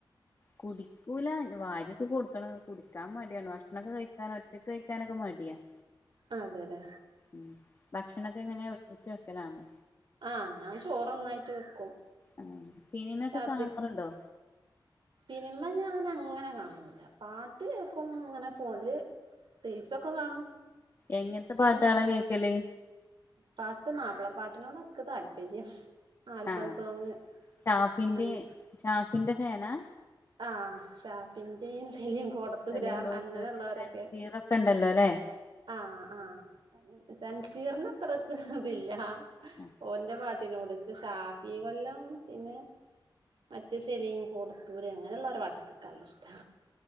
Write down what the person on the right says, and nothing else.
അതെ അതെ
ആ ഞാൻ ചോറൊന്നായിട്ട് വെക്കും
രാത്രിക്ക്
സിനിമ ഞാന് അങ്ങനെ കാണൂല പാട്ട് കേക്കും ഇങ്ങനെ ഫോണില് റീൽസൊക്കെ കാണും
സിനി
പാട്ട് മാപ്പിളപ്പാട്ടിനോടാ ന്ക് താല്പര്യം ആൽബം
സോങ്
അങ്ങ
ആ ഷാഫിന്റേം സലീം കോടത്തൂരാ
അങ്ങനെയുള്ളവരൊക്കെ
ആ ആ തൻസീറിനെ ത്രക്ക് ഇതില്ല
ഓന്റെ പാട്ട <unintelligible> ഷാഫി കൊല്ലം പിന്നെ മറ്റ് സലീം കൊടുത്ത് പൂര് അങ്ങനെള്ളൊരു പാട്ടാ ന്ക്കല്ലഷ്ടാ